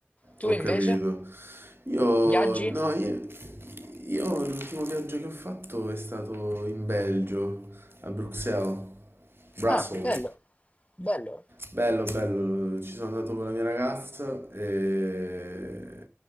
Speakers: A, on the left; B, on the right.
A: Tu
B: Ho
A: invece
B: capito. Io...
A: viaggi?
B: no, io... Io l'ultimo viaggio che ho fatto è stato in Belgio, a Bruxelles, Brussels.
A: Ah, bello, bello,
B: Bello, bello, ci sono andato con la mia ragazza e